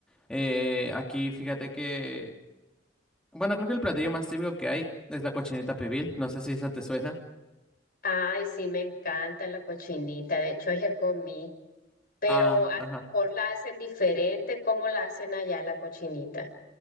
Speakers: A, in the centre; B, on the left.
A: Eh, aquí fíjate que Bueno, creo que el platillo más típico que hay es la cochinita pibil. No sé si esa te suena.
B: Ay, sí, me encanta la cochinita, de hecho ayer comí, pero
A: Ah,
B: a
A: ajá.
B: lo mejor la hacen diferente, ¿cómo la hacen allá la cochinita?